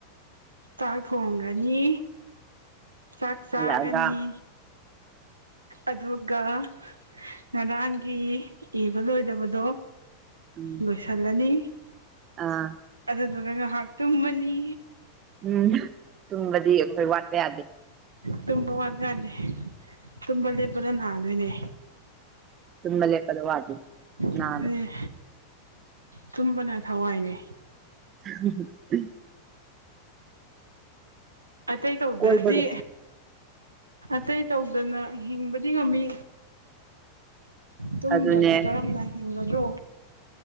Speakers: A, on the right; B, on the right.
A: ꯆꯥꯛ ꯊꯣꯡꯒꯅꯤ ꯆꯥꯛ ꯆꯥꯒꯅꯤ
B: ꯑꯂꯗ
A: ꯑꯗꯨꯒ ꯉꯔꯥꯡꯒꯤ ꯏꯕ ꯂꯣꯏꯗꯕꯗꯣ
B: ꯎꯝ
A: ꯂꯣꯏꯁꯥꯂꯥꯅꯤ
B: ꯑꯥ
A: ꯑꯗꯨꯗꯨꯒ ꯉꯥꯏꯍꯥꯛ ꯇꯨꯝꯕꯅꯤ
B: ꯎꯝ ꯇꯨꯝꯕꯗꯤ ꯑꯩꯈꯣꯏ ꯋꯥꯠꯄ ꯌꯥꯗꯦ
A: ꯇꯨꯝꯕ ꯋꯥꯠꯀꯗꯦ ꯇꯨꯝꯕ ꯂꯦꯞꯄꯗ ꯅꯥꯗꯣꯏꯅꯦ
B: ꯇ ꯂꯦ ꯄ ꯑꯗꯨ ꯋꯥ ꯍꯥꯏꯦ ꯅ
A: ꯑꯗꯨꯅ ꯇꯨꯝꯕꯅ ꯊꯋꯥꯏꯅꯦ
B: <unintelligible>
A: ꯑꯇꯩ ꯇꯧꯗ‌꯭ꯔꯗꯤ
B: ꯀꯣꯏꯕꯒ
A: ꯑꯇꯩ ꯇꯧꯗꯅ ꯍꯤꯡꯕꯗꯤ ꯉꯝꯃꯤ ꯇꯨꯝꯗ꯭ꯔꯗꯤ
B: ꯑꯗꯨꯅꯦ
A: ꯀꯔꯝꯅ ꯍꯤꯡꯒꯗ꯭ꯔꯣ